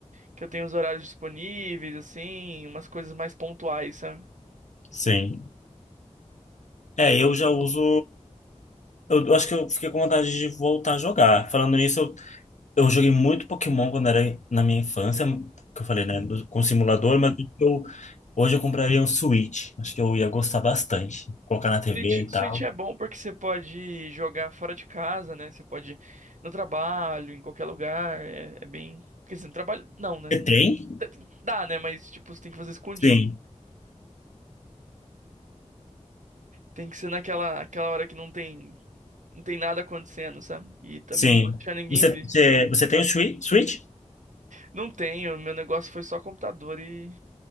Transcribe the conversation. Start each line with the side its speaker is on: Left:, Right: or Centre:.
Right: Que eu tenho os horários disponíveis, assim, umas coisas mais pontuais, sabe?
Left: sim. É, eu já uso. Eu, eu acho que eu fiquei com vontade de voltar a jogar. Falando nisso, Eu joguei muito Pokémon quando era na minha infância, que eu falei, né, do- com simulador, mas eu, hoje eu compraria um Switch. Acho que eu ia gostar bastante. Colocar na TV
Right: Switch,
Left: e
Right: Switch
Left: tal.
Right: é bom porque você pode jogar fora de casa, né? Você pode ir no trabalho, em qualquer lugar. É, é bem. Quer dizer, no trabalho. Não, né?
Left: Você tem?
Right: Dá, né? Mas, tipo, você tem que fazer escondido.
Left: Sim,
Right: Tem que ser naquela aquela hora que não tem, não tem nada acontecendo, sabe? E também
Left: sim.
Right: não pode deixar ninguém
Left: Você,
Right: ver.
Left: você, você tem o Switch? Switch?
Right: Não tenho, meu negócio foi só computador e.